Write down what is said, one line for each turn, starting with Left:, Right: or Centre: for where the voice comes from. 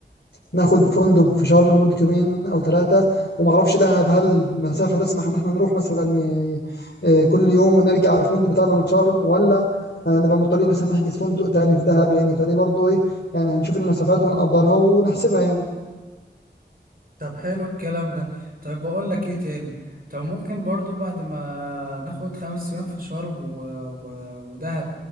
Left: ناخد فندق في شرم لمدة يومين أو ثلاثة وما أعرفش دهب هل مسافة تسمح إن إحنا نروح مثلا ي- آه، كل يوم ونرجع على الفندق بتاعنا من شرم ولا آه، نبقى مضطرين مثلا نحجز فندق تاني في دهب يعني فدي برضو إيه يعني هنشوف المسافات ونقدرها ونحسبها يعني
Right: طب حلو الكلام ده طيب بقول لك ايه تاني طب ممكن برضو بعد ما ناخد خمس ايام في شرم و... و... ودهب